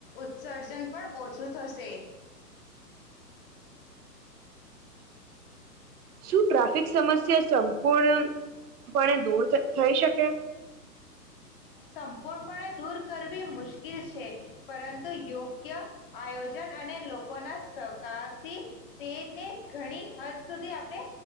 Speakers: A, on the left; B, on the right.
A: ઉત્સર્જન પણ ઓછું થશે
B: શું ટ્રાફિક સમસ્યા સંપૂર્ણપણે દૂર થઈ શકે
A: સંપૂર્ણપણે દૂર કરવી મુશ્કેલ છે પરંતુ યોગ્ય આયોજન અને લોકોના સહકારથી તેને ઘણી હદ સુધી આપણે